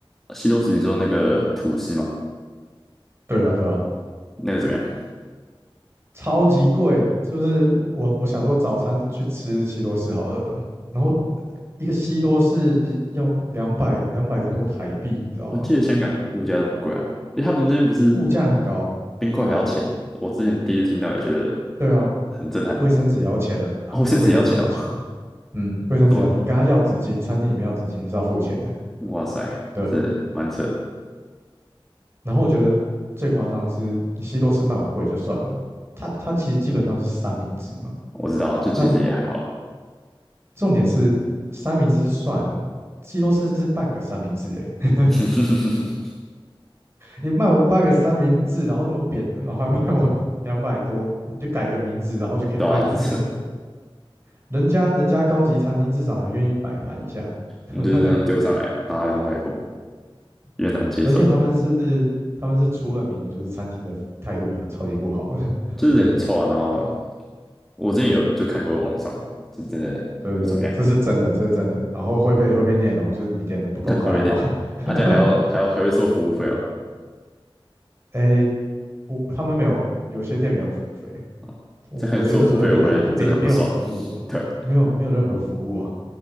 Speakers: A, in the centre; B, on the right (about 30°).
A: 西多士你说那个吐司嘛，
B: 对啊，对啊。
A: 那个怎么样？
B: 超级贵，就是我我想说早餐去吃西多士好了，然后一个西多士要两百两百多台币，你知道吗？
A: 我记得香港物价都很贵啊，而且他们那边不是
B: 物价很高，
A: 冰块还要钱，
B: 对
A: 我之前第一次听到也觉得
B: 对啊，
A: 很震撼。
B: 卫生纸也要钱啊，
A: 哦，甚至也要钱哦，
B: 卫生纸也要钱，嗯，卫生纸要钱，
A: <laughs> 怎么？
B: 你跟他要纸巾，餐厅里面要纸巾是要付钱的，
A: 哇塞，
B: 对。
A: 这蛮扯的。
B: 然后我觉得最夸张的是，你西多士卖我贵就算了，它它其实基本上就是三明治嘛，
A: 我知道啊，就其实也还好啊。
B: 那重点是三明治就算了，西多士是半个三明治诶、
A: <laughs>
B: 你卖我半个三明治，然后那么扁的，然后还卖我 <laughs> 两百多，你就改个名字，然后就可以卖成这样子。
A: 对啊，这次
B: 人家人家高级餐厅至少还愿意摆盘一下，<laughs>
A: 你就是这样丢上来，
B: 对不对
A: 拿了两百多，有点难接受。
B: 而且他们是他们是出了名的，就是餐厅的态度很超级不好的。<laughs>
A: 就是人很臭啊。然后我之前有就看过网络上的，就是真的不怎么样，
B: 对对对，这是真的，这是真的。然后会被会被念哦，就是你点的不够快的话，
A: <laughs> 后面念啊，
B: <laughs>
A: 这样还要还要还会收服务费哦。
B: 诶，我他们没有，有些店没有服务费，
A: 啊，
B: 我我觉得合理啊，
A: 这样收服务费我会真的很不爽。
B: 这没没有服务啊，
A: <laughs> 对啊，
B: 没有没有任何服务啊，